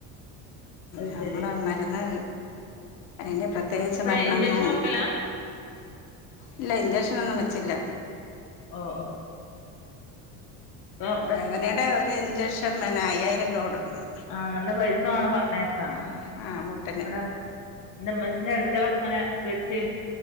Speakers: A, on the left (about 50°); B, on the left (about 75°).
A: അത്
B: നമ്മള്
A: ശരി
B: മരുന്ന് അയിന് പ്രത്യേകിച്ച്
A: ഇപ്പൊ
B: മരുനോന്നും
A: ഇഞ്ചക്ഷൻ വെക്കലാ
B: ഇല്ല ഇഞ്ചക്ഷനൊന്നും വെച്ചില്ല
A: ഓഹ് <unintelligible>
B: വേദനയുടെ ഒരു ഇഞ്ചക്ഷൻ പിന്നെ അയ്യായിരം രൂപ കൊടുക്കണം
A: ആഹ് നല്ല പൈസ വാനം പറഞ്ഞായിരുന്നോ
B: ആ ആ മുട്ട
A: മട ഇന്റെ ഇമ്മച്ചിന്റെ ഏട്ടാത്തികളോകെ ഇങ്ങനെ വെച്ച്